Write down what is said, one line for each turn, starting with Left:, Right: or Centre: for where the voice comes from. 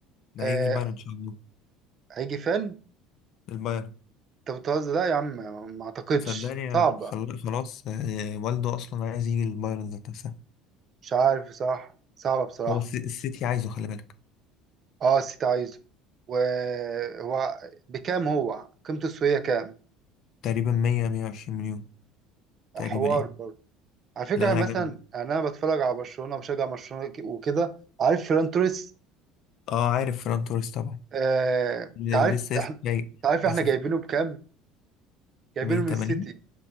Left: ده
Right: آه
Left: هيجي البايرن ان شاء الله
Right: هيجي فين؟
Left: البايرن
Right: انت بتهزر لا يا عم ما اعتقدش
Left: صدقني
Right: صعبة
Left: خل... خلاص آه، والده اصلا عايز يجي البايرن ذات نفسها
Right: مش عارف بصراحة صعبة بصراحة
Left: هو الس- السيتي عايزه خلي بالك
Right: اه السيتي عايزه وهو بكام هو؟ قيمته السوقية كام؟
Left: تقريبا 100 120 مليون تقريبا
Right: حوار
Left: يعني
Right: برضه على فكرة
Left: لا
Right: يعني
Left: لا
Right: مثلا
Left: جامد
Right: يعني أنا بتفرج على برشلونة وبشجع برشلونة ك- وكده عارف فران توريس
Left: اه عارف فران توريس طبعا
Right: آه،
Left: ل-
Right: أنت عارف
Left: لسه لسه
Right: إحنا
Left: جاي
Right: أنت عارف
Left: لسه
Right: إحنا جايبينه
Left: في
Right: بكام؟ جايبينه
Left: ب
Right: من
Left: 80
Right: السيتي